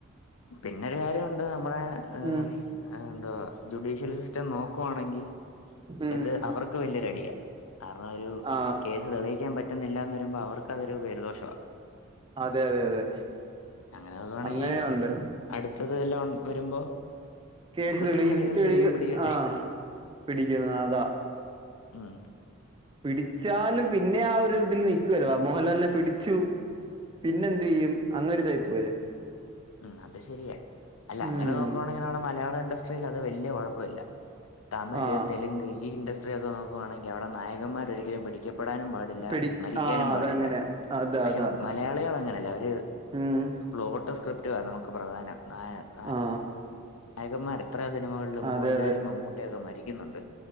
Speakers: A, on the left; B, on the right.
A: പിന്നൊരു കാര്യമുണ്ട് നമ്മടെ ഏഹ്
B: ഉം
A: എന്താ ജുഡീഷ്യൽ സിസ്റ്റം നോക്കുവാണെങ്കി
B: ഉം
A: ഇത് അവർക്ക് വലിയൊരടിയാ കാരണം ഒരു
B: ആ
A: കേസ് ത് തെളിയിക്കാൻ പറ്റുന്നില്ല എന്ന് വരുമ്പോ അവർക്കതൊരു പേര് ദോഷവാ
B: അതെ അതെ അതെ
A: അങ്ങനെ നോക്കാണെങ്കി
B: അങ്ങനെയുണ്ട്
A: അടുത്തത് വല്ലോം വരുമ്പോ
B: കേസ്
A: കുറ്റവാളികൾ
B: തെളി തെളിയ്
A: ശരിക്കും പിടിക്കട്ടെ
B: ആഹ് പിടിക്കണത് അതാ
A: ഉം
B: പിടിച്ചാലും പിന്നെ ആ ഒരു ഇതിൽ നിക്കുവല്ലോ മോഹൻലാലിനെ പിടിച്ചു പിന്നെന്തിയ്യും അങ്ങനെ ഒരുതായി പോയേ
A: ഉം അത് ശരിയാ അല്ല
B: ഉം
A: അങ്ങനെ നോക്കുവാണെങ്കി നമ്മടെ മലയാളം ഇൻഡസ്ട്രിയിൽ അത് വല്യ കൊഴപ്പമില്ല. തമിഴ്
B: ആ
A: തെലുങ്ക് ഈ ഇൻഡസ്ട്രിയൊക്കെ നോക്കുവാണെ ങ്കി അവടെ നായകന്മാർ ഒരിക്കലും പിടിക്കപ്പെടാനും പാടില്ല
B: പിടി
A: മരിക്കാനും
B: ആ
A: പാടില്ല.
B: അതങ്ങനെ അതാ
A: പക്ഷെ
B: അതാ
A: മലയാളികൾ അങ്ങനെയല്ല അവര്
B: ഉം
A: പ്ലോട്ട് സ്ക്രിപ്റ്റുവ നമുക്ക് പ്രധാനം നായ നാ
B: ആ
A: നായകന്മാർ എത്ര സിനിമകളിൽ മോഹൻലാലും
B: അതെ അതെ
A: മമ്മൂട്ടിയൊക്കെ മരിക്കുന്നുണ്ട്.